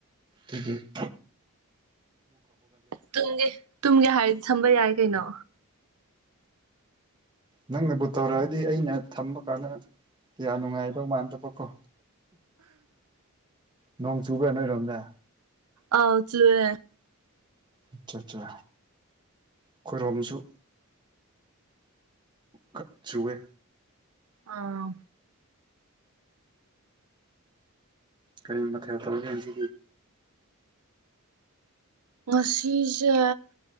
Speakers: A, on the right; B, on the right.
A: ꯑꯩꯗꯒꯤ
B: ꯇꯒꯤ ꯇꯨꯝꯒꯦ ꯍꯥꯏꯔꯗꯤ ꯁꯝꯕ ꯌꯥꯏ ꯀꯩꯅꯣ
A: ꯅꯪꯅꯕꯨ ꯇꯧꯔꯛꯑꯗꯤ ꯑꯩꯅ ꯊꯝꯕ ꯀꯥꯟꯗ ꯀꯌꯥ ꯅꯨꯡꯉꯥꯏꯗꯧ ꯃꯥꯟꯗꯕꯀꯣ ꯅꯣꯡꯣꯡ ꯆꯨꯕꯅꯔꯣꯗ
B: ꯑꯥꯎ ꯆꯋꯦ
A: ꯑꯠꯆꯥ ꯑꯠꯆꯥ ꯑꯩꯔꯣꯝꯁꯨ ꯈ ꯆꯨꯋꯦ
B: ꯑꯥ
A: ꯀꯔꯤ ꯃꯊꯦ ꯎ ꯇꯧꯁꯤ
B: ꯉꯁꯤꯁꯦ